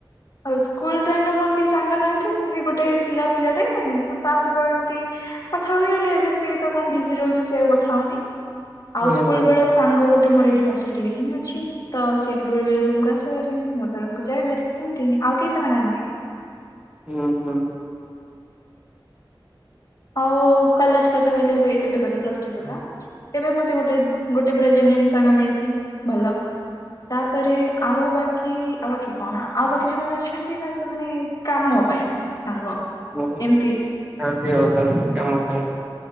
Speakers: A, on the left; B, on the right.
A: ଆଉ ସ୍କୁଲ ଟାଇମରେ ମୋର କେହି ସାଙ୍ଗ ନାହାନ୍ତି ସେ ବି ଗୋଟେ ଥିଲା ପିଲାଟେ ତା ସହିତ ଏମତି କଥା ହୁ ହେଲେ ଏବେ ସିଏ ତ କଣ ବିଜି ରହୁଛି ସିଏ ଆଉ କଥା ହଉନି। ଆଉ
B: ହୁଁ
A: ସ୍କୁଲବେଳେ
B: ହୁଁ
A: ସାଙ୍ଗ ଗୋଟେ ମୋର ଏଇଠି ହଷ୍ଟେଲରେ ହିଁ ଅଛି ତ ସେମିତି ବେଳେ ବଳେ ରୁମୁକୁୁ ଆସେ ଭାରି। ତା ରୁମକୁ ଯାଏଭାରି ଏମିତି ଆଉ କିଏ ସାଙ୍ଗ ନାହାନ୍ତି।
B: ହୁଁ ହୁଁ।
A: ଆଉ କଲେଜ କଥା କହିଲେ ଏବେ ଏବେ କଥା ପ୍ଲସ ଥ୍ରି କଥା। ଏବେ ମତେ ଗୋଟେ ଗୋଟେ ପୁରା ଜେନ୍ୟୁନ୍ ସାଙ୍ଗ ମିଳିଛି ଭଲ। ତାପରେ ଆଉ ବାକି ଆଉ ବାକି କଣ ଆଉ ବାକି ଯୋଉମାନେ ଅଛନ୍ତି ବା ସେମାନେ କାମ ପାଇଁ ସାଙ୍ଗ
B: ଆଜ୍ଞା।
A: ଏମତି।
B: ଆଉ କେ ଅଛନ୍ତି କାମ ପାଇଁ।